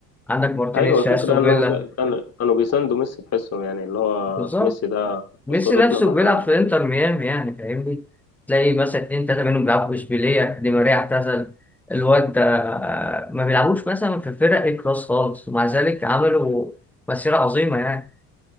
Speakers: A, in the centre; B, on the left.
A: عندك مارتينيز
B: ايوه الفكره
A: في استون
B: انهم
A: فيلا
B: ك- كانوا كانوا بيساندوا ميسي تحسهم يعني اللي هو
A: بالظبط
B: ميسي ده
A: ميسي
B: اسطورتنا
A: نفسه
B: فاحنا
A: بيلعب في انتر ميامي يعني فاهمني تلاقي مثلا اتنين تلاتة منهم بيلعبوا في اشبيلية دي ماريا اعتزل الواد ده آه، ما بيلعبوش مثلا في فرق الكلاس خالص ومع ذلك عملوا مسيرة عظيمة يعني